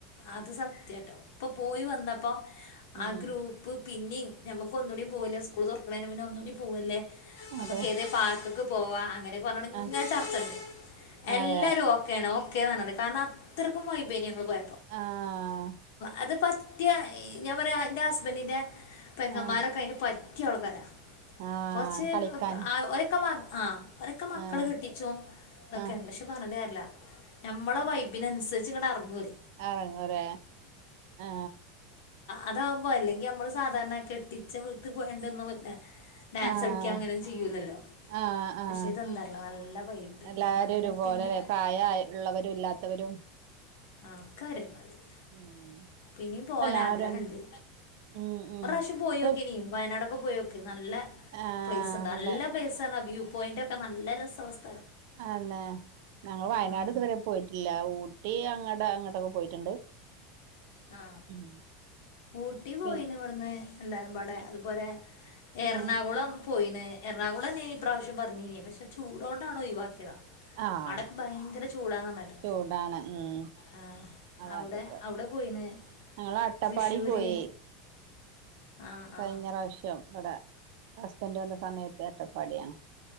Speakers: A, on the left (about 70°); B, on the right (about 65°).
A: അത് സത്യാട്ടോ ഇപ്പൊ പോയി
B: ഉം
A: വന്നപ്പോ
B: ഉം
A: ആ ഗ്രൂപ്പ് പിന്നേം ഞമക്കൊന്നൂടി പോവല്ലേ സ്കൂൾ തുറക്കേണന മുന്നെ ഒന്നൂടി പോവല്ലേ നമ്മക്ക്
B: അതെ
A: ഏതേലും പാർക്ക്ക്ക് പോവാ അങ്ങനെ പറഞ്ഞാണ്ട്ങ്ങനെ
B: ആഹ്
A: ചർച്ചടണം എല്ലാരും
B: അതെ
A: ഓക്കെയാണ് ഓ കെയാണ് കാരണം അത്രയ്ക്കും വൈബേന്നിങ്ങള്
B: ആഹ്
A: അത് പ ഞാൻ പറയാ ന്റെ ഹസ്ബൻഡിന്റെ പെങ്ങമാരൊക്കെ
B: ആഹ്
A: അയ്ന് പ റ്റിയാൾക്കാരാ
B: ആഹ്
A: കൊറച്ച്
B: കളിക്കാൻ
A: അ ഓരെക്ക മ ആ ഓരെക്കെ മക്കള്
B: ആഹ്
A: കെട്ടിച്ചോം തൊക്കെയാണ്
B: ആഹ്
A: പക്ഷെ പറഞ്ഞിട്ട് കര്യല്ല ഞമ്മളെ വൈബിനനുസ ച്ച്ങ്ങട്ടെറെങ്ങോല്
B: അറങ്ങുലേ ആ
A: അതാകുമ്പോ അല്ലെങ്കി മ്മള് സാധാരണ കെട്ടിച്ച വീട്ടീ പോയാണ്ടെന്ന് ഡാൻസിളിക്കാ
B: ആഹ്
A: അങ്ങനൊന്നും ചെയ്യൂലല്ലോ
B: ആഹ് ആഹ്
A: ക്ഷേ ഇതെന്താറീല നല്ല വൈബേനി
B: എല്ലാരും ഒരുപോലെല്ലേ
A: പിന്നിം
B: പ്രായ ഉള്ളവരും ഇല്ലാത്തവരും
A: ഒക്കെരെ മാതിരി
B: ഉം
A: പിന്നിം പോനാഗ്രഹണ്ട്
B: എല്ലാരും ഉം ഉം
A: ഒറാശ്യം പോയോക്കീനി
B: ഇപ്പൊ
A: ബ നടക്കും പോയോക്ക് നല്ല
B: ആഹ്
A: പ്ലേയ്സ്ണ്ട് നല്ല
B: അല്ല
A: പ്ലേയ്സാണാ വ്യൂ പോയിന്റൊക്കെ നല്ല രസ വസ്
B: ആന്നെ ഞങ്ങള് വയനാട്
A: ഉം
B: ഇതുവരെ പോയിട്ടില്ല ഊട്ടി അങ്ങ ഇവിഅങ്ങോട്ടൊക്കെ പോയിട്ടുണ്ട്
A: ആ
B: ഉം
A: ഊട്ടി പോയിണ്
B: പി
A: വട്ന്ന് എല്ലാരും വാ ടെ അത്പോരെ എറണാകുളം
B: ഉം
A: പോയീണ് എറണാകുളെന്നെനി ഇപ്രാവശ്യം പറഞ്ഞീന്യേ പക്ഷെ ചൂടൊണ്ടാണ്‌ ഒഴിവാക്കിയതാ
B: ആഹ്
A: അടെക്കെ ഭയങ്കര ചൂടാന്ന് പറഞ്ഞേട്ട്ണ്
B: ചൂടാണ് ഉം
A: ആ
B: അപ്പൊ
A: അവ്ടെ
B: അതൊക്കെ
A: അവ്ടെ പോയിണ്
B: ഞങ്ങള് അട്ടപ്പാടി
A: തൃശ്ശൂര്
B: പോയി
A: ആ
B: കഴിഞ്ഞ
A: ആ
B: പ്രാവശ്യം ഇവിടെ ഹസ്ബന്റ് വന്ന സമയത്ത് അട്ടപ്പാടിയാണ്